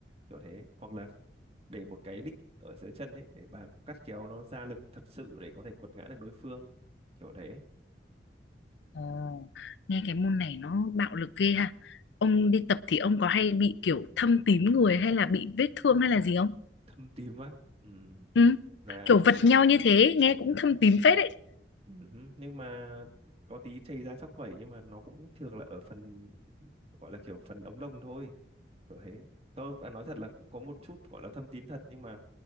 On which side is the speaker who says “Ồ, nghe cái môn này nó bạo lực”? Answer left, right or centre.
Left